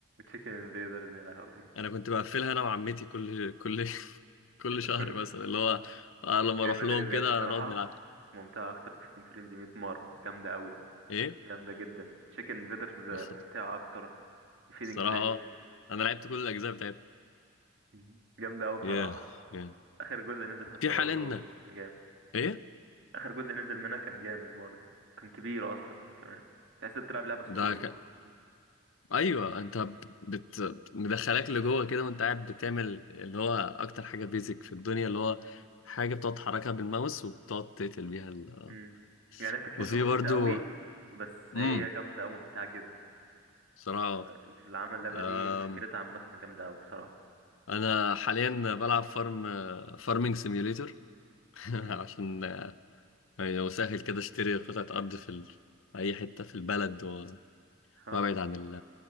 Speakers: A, on the right; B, on the left.
A: تشيكن انفيدرز يا لهوي
B: انا كنت بقفلها انا وعمتي كل كل <laughs> كل
A: <laughs>
B: شهر
A: كل
B: مثلا اللي هو آه لما
A: كلمة
B: اروح لهم
A: تاني زيادة
B: كده
A: الصراحة
B: نقعد نلعب
A: ممتعة أكتر من فيدنج فريندز 100 مرة جامدة أوي
B: ايه
A: جامدة جدا تشيكن انفيدرز
B: بس
A: ممتعة أكتر من فيدنج
B: الصراحه
A: فريندز
B: اه انا لعبت كل الاجزاء بتاعتها
A: <laughs> جامدة أوي بصراحة
B: ياه ياه
A: آخر جزء نزل حتى
B: في حاليا
A: برضه كان جامد
B: ايه
A: آخر جزء نزل منها كان جامد برضه كان كبير أصلا كمان تحس إنك بتلعب لعبة ستوري
B: ده ايوه انت بت... بت- مدخلاك لجوه كده وانت قاعد بتعمل اللي هو اكتر حاجه بيزك في الدنيا اللي هو حاجه بتقعد تحركها بالماوس وبتقعد تقتل بيها ال...
A: مم. يعني فكرتها
B: وفي برضو
A: بسيطة أوي بس هي
B: امم
A: جامدة أوي ممتعة جدا
B: صراحه
A: آه، في اللي عمل اللعبة
B: أم...
A: دي فكرتها عامة جامدة أوي بصراحة
B: انا حاليا بلعب فارم فارمنج سيميوليتور <laughs>
A: مم.
B: عشان يعني لو سهل كده اشتري قطعه ارض في ال... في اي حته في البلد و...
A: <laughs>
B: وابعد عن ال...